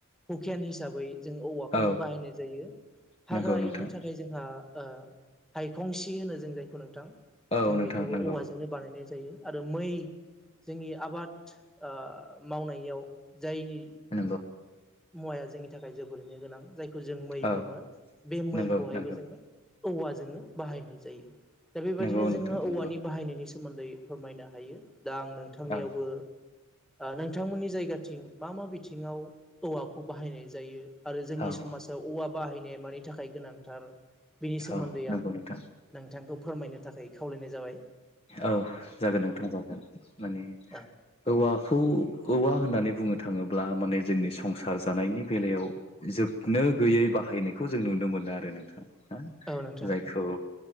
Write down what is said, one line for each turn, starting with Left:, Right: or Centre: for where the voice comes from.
Centre: हुकेन हिसाबै जों औवाखौनो
Left: औ
Centre: बाहायनाय जायो हाग्रा
Left: नंगौ नोंथां
Centre: एवनो थाखाय जोंहा ओ हायखंसि होनो जों जायखौ नोंथां
Left: औ
Centre: जों
Left: नोंथां
Centre: बेखौबो
Left: नंगौ
Centre: औवाजोंनो बानायनाय ज जायो आरो मै जोंनि आबाद ओ मावनायाव जायनि।
Left: नंगौ
Centre: औवा जोंनि थाखाय जोबोरैनो गोनां जायखौ जों मै
Left: औ
Centre: बुङो बे मैखौहायबो
Left: नंगौ नंगौ
Centre: जोङो औव ज जोङो बाहायनाय जायो दा बेबायदिनो
Left: नंगौ नोंथां
Centre: जोङो
Left: नंगौ
Centre: औवानि बाहायनायनि सोमोन्दै फोरमायनो हायो। दा आं नोंथांनियावबो
Left: औ
Centre: नोंथांमोननि जायगाथिं मा मा बिथिङाव औवाखौ बाहायनाय जायो आरो जोंनि
Left: औ
Centre: समाजाव औवा बाहायनाया मानि थाखाय गोनांथार। बिनि सोमोन्दै
Left: औ नंगौ
Centre: आं
Left: नोंथां
Centre: नोंथांखौ फोरमायनो थाखाय खावलायनाय जाबाय
Left: औ जागोन नोंथां जागोन माने
Centre: औ
Left: औवाखौ औवा होननानै बुंनो थाङोब्ला माने जोंनि संसार जानायनि बेलायाव जोबनो गैयै बाहायनायखौ जों नुनो मोनो आरो नोंथाङा हो
Centre: औ नोंथां
Left: जायखौ